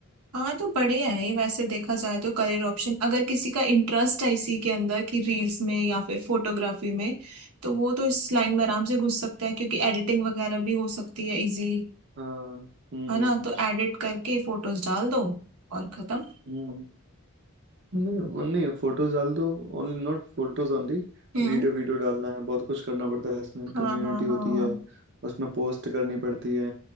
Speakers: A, on the right; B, on the right.
A: हाँ तो बढ़िया है ये वैसे देखा जाए तो करियर ऑप्शन अगर किसी का इंटरेस्ट है इसी के अंदर कि रील्स में या फिर फोटोग्राफी में तो वो तो इस लाइन में आराम से घुस सकता है क्योंकि एडिटिंग वगैरह भी हो सकती है इजीली
B: हाँ हम्म
A: है ना तो एडिट करके फोटोज डाल दो और खत्म
B: हम्म नहीं नहीं फोटोज डाल दो only not photos only
A: हम्म
B: Video video डालना है बहुत कुछ करना पड़ता है इसमें
A: हाँ
B: कम्युनिटी
A: हाँ
B: होती
A: हाँ
B: है उसमें पोस्ट करनी पड़ती है